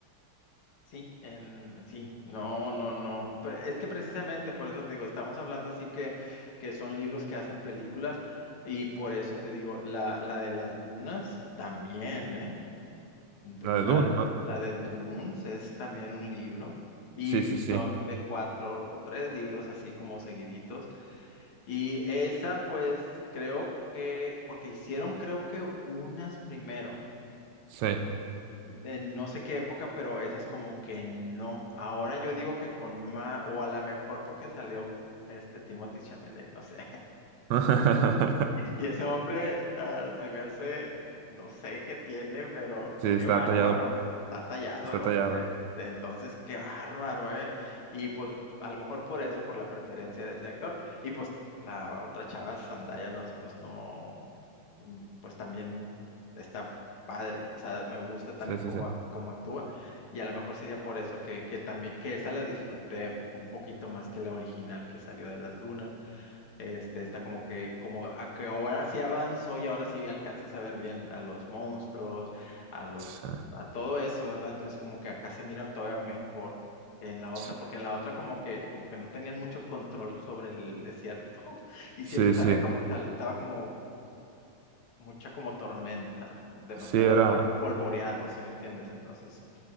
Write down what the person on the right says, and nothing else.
La de Dune, ¿no?
Sí, sí, sí,
sí.
<laughs>
Sí, está
tallado,
está
tallado.
Sí, sí,
sí.
Sí,
sí,
sí,
sí Sí,
Sí, era...